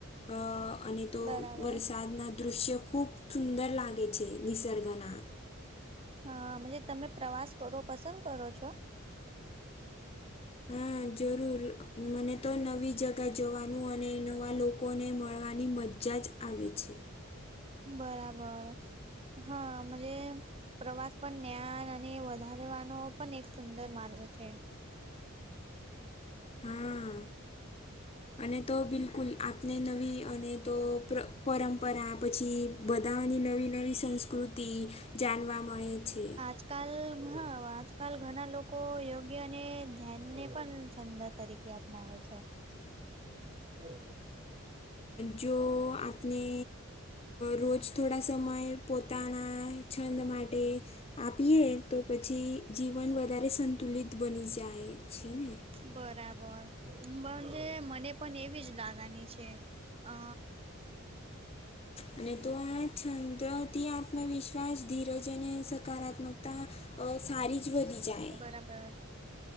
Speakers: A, on the left; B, on the right.
A: અ અને તો
B: બરાબર
A: વરસાદના દ્રશ્ય ખુબ સુંદર લાગે છે નિસર્ગના.
B: હા મંજે તમે પ્રવાસ કરવો પસંદ કરો છો?
A: હા જરૂર મને તો નવી જગા જોવાનું અને નવાં લોકોને મળવાની મ જા જ આવે છે.
B: બરાબર હા મજે પ્રવાસ પણ ન્યાન અને વધારવાનો પણ એક સુંદર માર્ગ છે.
A: હા. અને તો બિલકુલ આપને નવી અને તો પ પરંપરા પછી બધાની નવી-નવી સંસ્કૃતિ જાનવા મળે છે.
B: આજકાલ હા આજકાલ ઘણા લોકો યોગ્ય અને ધ્યાનને પણ છંદ તરી કે અપનાવે છે.
A: <inaudible>
B: હ હા.
A: જો આપને. રોજ થોડા સમય પોતાના છંદ માટે. આપીએ તો પછી જીવન વધારે સંતુલિત બની જાય છે ને.
B: બરાબર મને મને પણ એવી જ લાગાની છે અ
A: અને તો આ છંદ્રથી આત્મવિશ્વાસ, ધીરજ અને સકારાત્મક તા સારી જ વધી જાય.
B: રાબર.